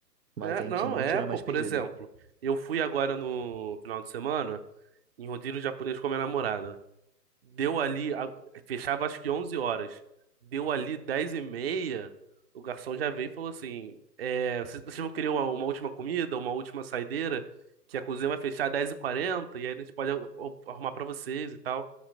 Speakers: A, on the right (about 80°); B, on the right (about 40°).
A: Mas
B: É,
A: a
B: não,
A: gente não
B: é,
A: tira
B: pô,
A: mais
B: por
A: pedido.
B: exemplo, eu fui agora no final de semana em rodízio japonês com a minha namorada. Deu ali, a- fechava acho que 11 horas. Deu ali 10 e meia, o garçom já veio e falou assim: é, vocês, vocês vão querer uma, uma última comida, uma última saideira? Que a cozinha vai fechar às 10h40 e quarenta e aí a gente pode ar- ar- arrumar pra vocês e tal.